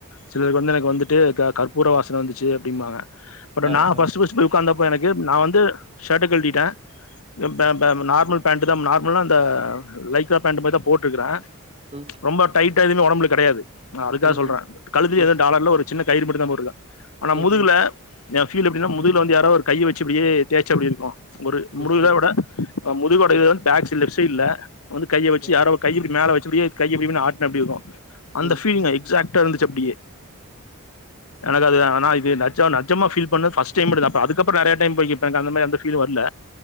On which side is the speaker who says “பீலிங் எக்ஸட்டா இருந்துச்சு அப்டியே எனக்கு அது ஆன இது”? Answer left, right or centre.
Left